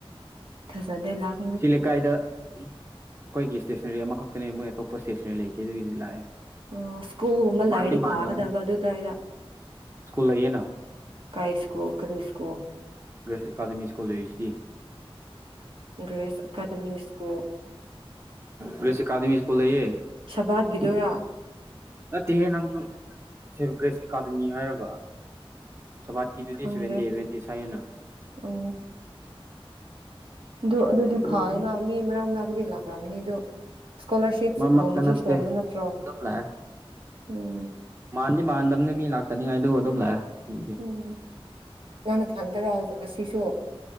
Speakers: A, on the right; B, on the right.
A: ꯐꯖꯗꯦ ꯂꯄ
B: ꯁꯤ ꯂꯩꯀꯥꯏꯗ ꯑꯩꯈꯣꯏꯒꯤ ꯏꯁꯇꯦꯁꯅꯔꯤ ꯑꯃꯈꯛꯇꯅꯦ ꯃꯣꯏ ꯑꯇꯣꯞꯄ ꯏꯁꯇꯦꯁꯅꯔꯤ ꯂꯩꯇꯦ ꯑꯗꯨꯒꯤꯗꯤ ꯂꯥꯛꯑꯦ
A: ꯑ ꯁ꯭ꯀꯨꯜꯒꯨꯝꯝꯕ ꯂꯩꯔꯗꯤ
B: ꯃꯥꯟꯗꯤ ꯃꯥꯟꯅꯕꯅꯦ
A: ꯐꯒꯗꯕ ꯑꯗꯨꯗ ꯑꯩꯅ
B: ꯁ꯭ꯀꯨꯜ ꯂꯩꯌꯦꯅ
A: ꯀꯩ ꯁ꯭ꯀꯨꯜ ꯀꯔꯤ ꯁ꯭ꯀꯨꯜ
B: ꯒ꯭ꯔꯦꯁ ꯑꯦꯀꯥꯗꯃꯤ ꯁ꯭ꯀꯨꯜ ꯂꯩꯔꯤꯁꯤꯗꯤ
A: Grace academy school
B: Grace academy school ꯂꯩꯌꯦ
A: ꯁꯕꯠꯒꯤꯗꯨꯔꯥ
B: ꯅꯠꯇꯦꯍꯦ ꯅꯪꯁꯨ ꯒ꯭ꯔꯦꯁ ꯑꯦꯀꯥꯗꯃꯤ ꯍꯥꯏꯔꯒ ꯁꯕꯥꯠ ꯀꯤꯗꯨꯗꯤ
A: ꯈꯪꯗꯦ
B: ꯁꯦꯕꯦꯟꯗꯦ ꯑꯦꯕꯦꯟꯗꯦ ꯁꯥꯏꯌꯦꯅ
A: ꯎꯝ ꯑꯗꯨ ꯑꯗꯨꯗꯤ ꯐꯌꯦꯅ
B: ꯃꯔꯛ
A: ꯃꯤ ꯃꯔꯛ ꯃꯔꯛꯒꯗꯤ ꯂꯥꯛꯈ꯭ꯔꯕꯅꯤ ꯑꯗꯨꯗꯣ ꯏꯁꯀꯣꯂꯥꯔꯁꯤꯞꯒꯨꯝꯕꯁꯨ
B: ꯃꯔꯛꯇ ꯅꯠꯇꯦ
A: ꯁꯦꯝꯕ ꯅꯠꯇ꯭ꯔꯣ
B: ꯑꯗꯨꯝ ꯂꯥꯛꯑꯦ
A: ꯎꯝ
B: ꯃꯥꯟꯗꯤ ꯃꯥꯟꯗꯝꯅꯤ ꯃꯤ ꯂꯥꯛꯇꯅꯤꯉꯥꯏꯗꯨ ꯑꯗꯨꯝ ꯂꯥꯛꯑꯦ ꯃꯤ
A: ꯎꯝ ꯅꯪ ꯅꯊꯟꯗꯔ ꯉꯁꯤꯁꯨ